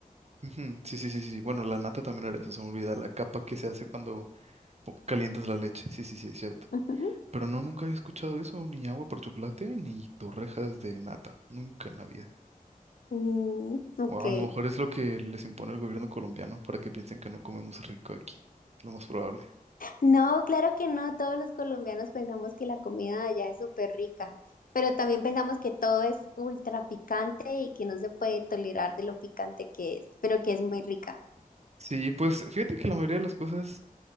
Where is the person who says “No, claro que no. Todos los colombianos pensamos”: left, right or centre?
Left